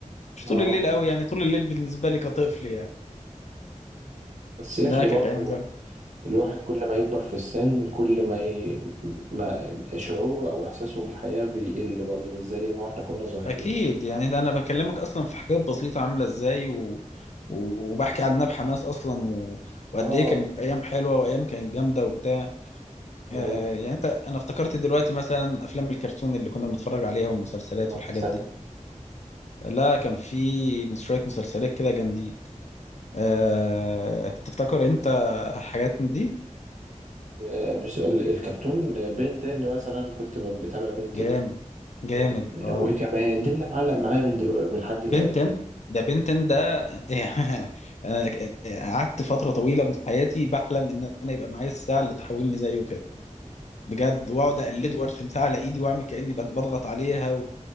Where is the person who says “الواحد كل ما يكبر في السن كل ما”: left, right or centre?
Right